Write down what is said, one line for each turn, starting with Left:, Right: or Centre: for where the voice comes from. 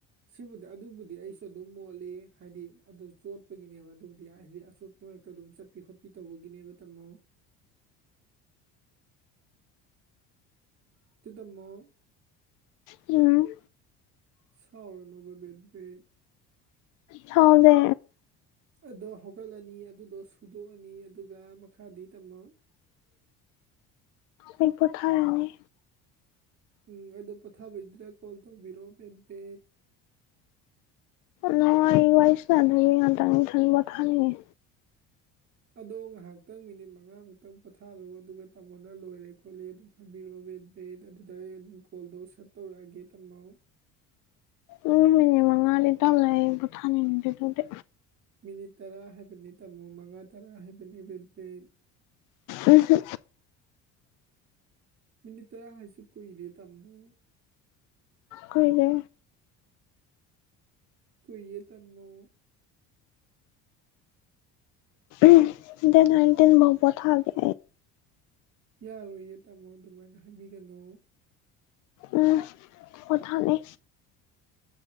Right: ꯁꯤꯕꯨꯗꯤ ꯑꯗꯨꯕꯨꯗꯤ ꯑꯩꯁꯨ ꯑꯗꯨꯝ ꯃꯣꯠꯂꯤ ꯍꯥꯏꯗꯤ ꯑꯗꯨ ꯆꯣꯠꯄꯒꯤꯅꯦꯕ ꯑꯗꯨꯕꯨꯗꯤ ꯑ ꯍꯥꯏꯗꯤ ꯑꯆꯣꯠꯄ ꯑꯗꯨꯝ ꯆꯠꯄꯤ ꯈꯣꯠꯄꯤ ꯇꯧꯕꯒꯤꯅꯦꯕ ꯇꯝꯃꯣ ꯇꯨ ꯗꯝꯃꯣ
Left: ꯎꯝ
Right: ꯁꯥꯎꯔ ꯅꯣꯕ ꯕꯦ ꯕꯦꯕ
Left: ꯁꯥꯎꯗꯦ
Right: ꯑꯗꯣ ꯍꯧꯒꯠꯂꯅꯤ ꯑꯗꯨꯗꯣ ꯁꯨꯗꯣꯛꯑꯅꯤ ꯑꯗꯨꯒ ꯃꯈꯥꯗꯤ ꯇꯝꯃꯣ
Left: ꯑꯩ ꯄꫭꯊꯥꯔꯅꯤ
Right: ꯎꯝ ꯑꯗꯣ ꯄꯣꯊꯥꯕꯩꯗꯨꯗ ꯀꯣꯜ ꯇꯧꯕꯤꯔꯑꯣ ꯕꯦ ꯕꯦ
Left: ꯅꫭ ꯑꯩ ꯋꯥꯏ ꯁꯅꯥꯗꯕꯤ ꯉꯥꯇꯪ ꯏꯊꯟ ꯄꫭꯊꯥꯅꯤꯡꯉꯦ
Right: ꯑꯗꯣ ꯉꯥꯏꯍꯥꯛꯇꯪ ꯃꯤꯅꯤꯠ ꯃꯉꯥꯃꯨꯛꯇꯪ ꯄꯣꯊꯥꯜꯂꫭ ꯑꯗꯨꯒ ꯇꯥꯃꯣꯅ ꯂꯣꯏꯔꯦ ꯈꯣ ꯂꯦ ꯑꯗꯨꯝ ꯍꯥꯏꯕꯤꯔꯑꫭ ꯕꯦꯠ ꯕꯦꯠ ꯗꯌꯦꯂꯨ ꯀꯣꯜꯗꯣ ꯁꯦꯠ ꯇꯧꯔꯛꯑꯒꯦ ꯇꯝꯃꯣ
Left: ꯄꯨꯡ ꯃꯤꯅꯤꯠ ꯃꯉꯥꯗꯤ ꯇꯜꯂꯦ ꯑꯩ ꯄꫭꯊꯥꯅꯤꯡꯗꯦ ꯑꯗꯨꯗꯤ
Right: ꯃꯤꯅꯤꯠ ꯇꯔꯥ ꯍꯥꯏꯕꯅꯦ ꯇꯥꯃꯣ ꯃꯉꯥ ꯇꯔꯥ ꯍꯥꯏꯕꯅꯦ ꯕꯦꯠ ꯕꯦꯠ
Left: ꯑꯗꯨꯁꯨ
Right: ꯃꯤꯅꯤꯠꯇꯔꯥ ꯍꯥꯏꯁꯦ ꯀꯨꯏꯔꯦ ꯇꯥꯃꯣ
Left: ꯀꯨꯏꯔꯦ
Right: ꯀꯨꯏꯔꯦ ꯇꯥꯃꯣ
Left: ꯎ ꯗꯦꯠ ꯅꯥꯏꯟꯇꯤꯟꯕꯣꯛ ꯄꯣꯊꯥꯒꯦ
Right: ꯌꯥꯔꯣꯏꯌꯦ ꯇꯥꯃꯣ ꯑꯗꯨꯃꯥꯏꯅ ꯍꯥꯏꯕꯤꯒꯅꯨ
Left: ꯎꯝ ꯄꯣꯊꯥꯅꯤ